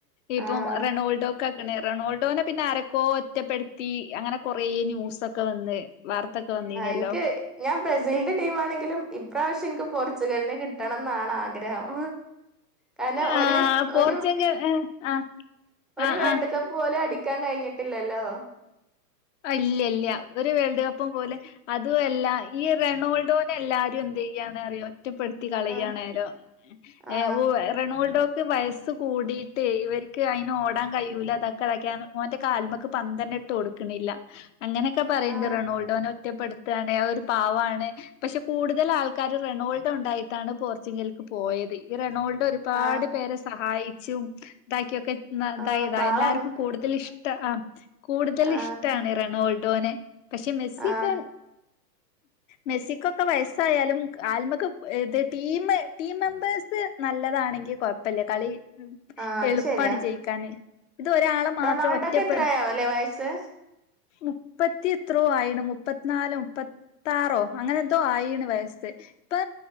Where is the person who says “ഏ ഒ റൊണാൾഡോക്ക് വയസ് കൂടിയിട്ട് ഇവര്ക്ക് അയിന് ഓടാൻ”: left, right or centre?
Left